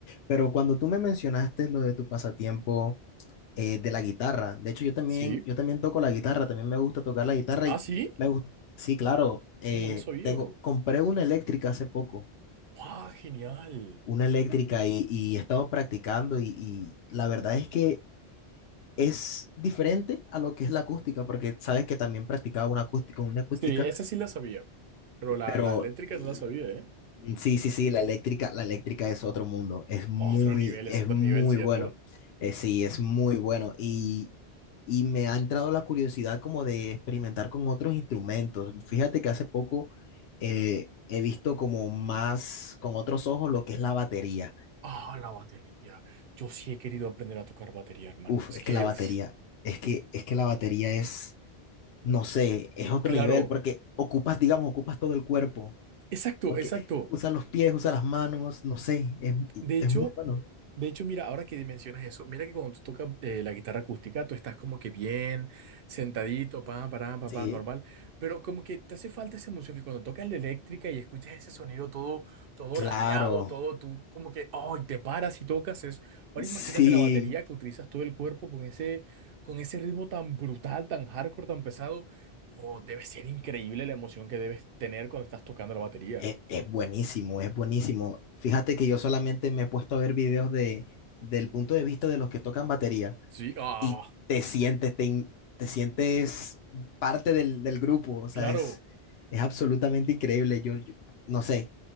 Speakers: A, on the left; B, on the right.
A: Pero cuando tú me mencionaste lo de tu pasatiempo eh, de la guitarra, de hecho yo también,
B: sí.
A: yo también toco la guitarra, también me gusta tocar la guitarra
B: Ah,
A: y
B: sí.
A: me gusta, sí, claro, eh,
B: No, no lo sabía,
A: tengo,
B: bro.
A: compré una eléctrica hace poco.
B: ¡Ah, genial!
A: una eléctrica y, y he estado practicando y, y la verdad es que es diferente a lo que es la acústica, porque sabes que también practicaba una acústica, una acústica,
B: Sí, esa sí la sabía, pero la,
A: pero
B: la eléctrica
A: l-
B: no la sabía, ¿eh?
A: sí, sí, sí, la eléctrica, la eléctrica es otro mundo, es muy,
B: Otro nivel,
A: es
B: es otro
A: muy
B: nivel, ¿cierto?
A: bueno, Eh, sí, es muy bueno y, y me ha entrado la curiosidad como de experimentar con otros instrumentos. Fíjate que hace poco eh, he visto como más con otros ojos lo que es la batería.
B: Ah, la batería. Yo sí he querido aprender a tocar batería, hermano.
A: Uf,
B: Es
A: es
B: que,
A: que la batería,
B: uf,
A: es que, es que la batería es, no sé, es otro
B: claro,
A: nivel porque ocupas, digamos, ocupas todo el cuerpo,
B: exacto,
A: porque
B: exacto.
A: usas los pies, usas las manos, no sé, es, y-
B: De hecho,
A: es muy bueno.
B: De hecho, mira, ahora que mencionas eso, mira que cuando tú tocas eh, la guitarra acústica, tú estás como que bien sentadito, pa, para, pa,
A: Sí,
B: pa, normal, pero como que te hace falta esa emoción que cuando tocas la eléctrica y escuchas ese sonido todo, todo
A: claro,
B: rayado, todo, tú como que, oh, y te paras y tocas eso. Ahora
A: sí,
B: imagínate la batería que utilizas todo el cuerpo con ese, con ese ritmo tan brutal, tan hardcore, tan pesado. Oh, debe ser increíble la emoción que debes tener cuando estás tocando la batería.
A: es, es buenísimo, es buenísimo. Fíjate que yo solamente me he puesto a ver videos de, del punto de vista de los que tocan batería.
B: Sí, ah,
A: y te sientes, te, in- te sientes parte del, del grupo, o sea,
B: claro,
A: es, es absolutamente increíble, yo, yo no sé,